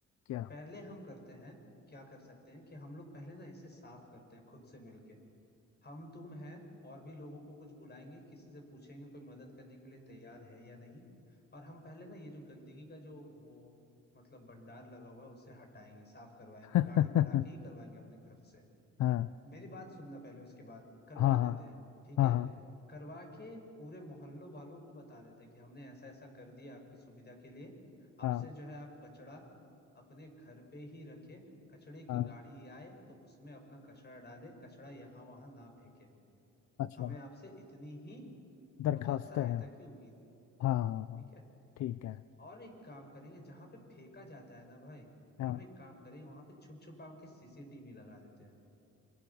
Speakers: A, on the left; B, on the left.
A: क्या
B: पहले हम करते हैं क्या कर सकते हैं कि हम लोग पहले ना इसे साफ करते हैं खुद से मिलके हम तुम है और भी लोगों को कुछ बुलाएंगे किसी से पूछेंगे कोई मदद करने के लिए तैयार है या नहीं और हम पहले ना ये जो गंदगी का जो वो मतलब भंडार लगा हुआ है उसे हटाएंगे साफ करवाएंगे
A: <laughs>
B: गाड़ी बुला के ही करवाएंगे अपने खर्च से
A: हाँ
B: मेरी बात सुनना पहले उसके बाद करवा
A: हाँ
B: देते
A: हाँ
B: हैं ठीक
A: हाँ
B: है
A: हाँ
B: करवा के पूरे मोहल्लों वालों को बता देते हैं कि हमने ऐसा ऐसा कर दिया आपकी सुविधा के लिए अब
A: हाँ
B: से जो है आप कचड़ा अपने घर पे ही रखे कचड़े की
A: हाँ
B: गाड़ी आए तो उसमें अपना कचड़ा डाले कचड़ा यहाँ वहां ना फेंके
A: अच्छा
B: हमें आपसे इतनी ही
A: दरखास्त
B: मतलब सहायता
A: है
B: की उम्मीद है
A: हाँ हाँ हाँ
B: ठीक है
A: ठीक है
B: और एक काम करेंगे जहाँ पे फेंका जाता है ना भाई
A: हाँ
B: हम एक काम करेंगे वहां पे छुप छुपा के सीसीटीवी लगा देते हैं